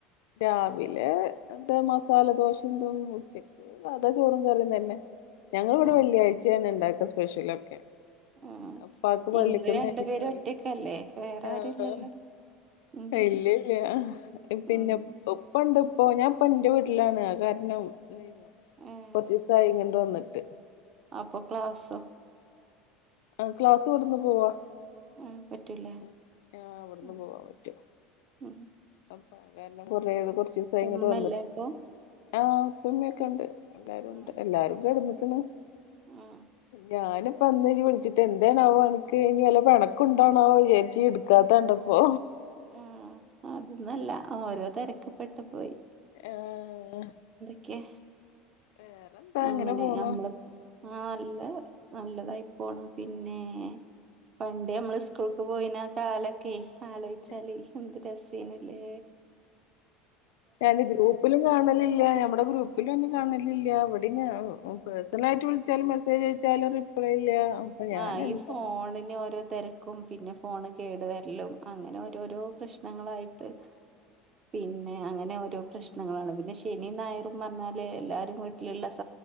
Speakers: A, on the left; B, on the right.
A: രാവിലെ എന്താ മസ് സാലദോശിം തും ഉച്ചക്ക് സാതാ ചോറും കറിം തന്നെ ഞങ്ങളിവിടെ
B: ആഹ്
A: വെള്ളിയാഴ്ചേണ് ഇണ്ടാക്ക സ്പെഷ്യലൊക്കെ
B: ആഹ്
A: ഉപ്പാക്ക് പള്ളിക്കന്ന്
B: ഇങ്ങള് രണ്ടു
A: <unintelligible>
B: പേരും ഒറ്റക്കല്ലേ വേറെ
A: ആഹ്
B: ആരുല്ലല്ലോ ഉം
A: ഇ ല്യില്ല പിന്നെ
B: ഉം
A: ഒപ്പണ്ട് പ്പൊ ഞാൻ ഇപ്പൊ ഇന്റെ വീട്ടിലാണ് അത് കാരണം <unintelligible>
B: ഏഹ്
A: കൊറച്ചിസായി ഇങ്ങട്ട് വന്നിട്ട്
B: അപ്പൊ ക്ലാസ്സൊ
A: ആ ക്ലാസ് ഇവട്ന്ന് പോവാ
B: ആഹ് പറ്റൂല
A: ഉ ഇവട്ന്ന്
B: ഉം
A: പോവാൻ പറ്റും
B: ഉം
A: അപ്പൊ കാരണം കൊറെ യ. ത് കുറചീസായിങ്ങട്ട്
B: ഉമ്മല്ലേ
A: വന്നിട്ട്
B: അപ്പൊ
A: ആഹ് ഇപ്പിമ്യൊക്കെ ണ്ട്. എല്ലാരുംണ്ട്
B: ഉം
A: എല്ലാരും കെട്ന്ന്ക്ണ്
B: ഉം
A: ഞാനും പ്പം ഇന്ന് ഇയ്യ് വിളിച്ചിട്ട് എന്തേണാവോ അണക്ക് ഇനി വല്ല പെണക്കും ഉണ്ടോണാവോ വിചാരിച്ച് ഇടുക്കാത്ത കണ്ടപ്പോ
B: ആ അതൊന്നല്ല ഓരോ തെരക്കിപ്പെട്ടു പോയി
A: ആഹ്
B: ക്കെ
A: വേറെന്താ
B: അങ്ങനെ
A: പോണു
B: ഞമ്മള് ആ നല്ല നല്ലതായി പോണം പിന്നെ പണ്ട് ഞമ്മള് സ്കൂൾക്ക് പോയിന ആ കാലൊക്കെ ആലോചിച്ചാലേ
A: ആഹ്
B: എന്ത് രസേനു ലേ
A: ഞാൻ ഗ്രൂപ്പിലും കാണലില്ല ഞമ്മടെ ഗ്രൂപ്പിലും അന്നെ കാണലില്ല വ പിന്നെ പേഴ്സണൽ ആയിട്ട് വിളിച്ചാലും മെസേജ് അയച്ചാലും റിപ്ലൈ ഇല്ല അപ്പൊ ഞാൻ
B: ആഹ് ഈ
A: എന്താ
B: ഫോണിന് ഓരോ തിരക്കും പിന്നെ ഫോണ് കേടു വരലും അങ്ങനെ ഓരോരോ പ്രശ്നങ്ങളായിട്ട് പിന്നെ
A: ഉം ഉം
B: അങ്ങനെ ഓരോ പ്രശ് നങ്ങളാണ് പിന്നെ ശനി ഞായറും പറഞ്ഞാൽ എല്ലാവരും വീട്ടിലുള്ള സ